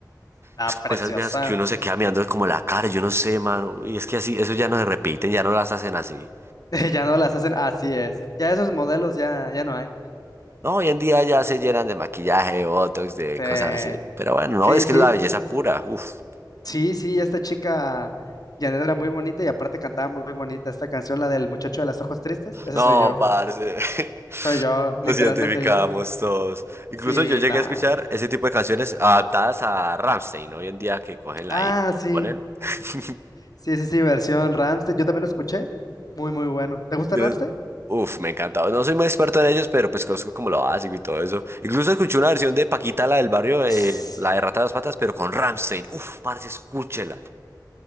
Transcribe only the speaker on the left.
Está
preciosa.
<laughs> Ya no las hacen, así es. Ya esos modelos ya, ya no hay.
Se-
Sí,
sí,
sí, sí, esta chica Janet era muy bonita y aparte cantaba muy bonita esta canción, la del muchacho de los ojos tristes. Ese
soy yo,
soy yo, literalmente
yo.
Sí,
nada.
Ah,
sí.
Sí, sí, sí, versión Rammstein. Yo también lo escuché. Muy, muy bueno. ¿Te gusta
Rammstein?
Tss.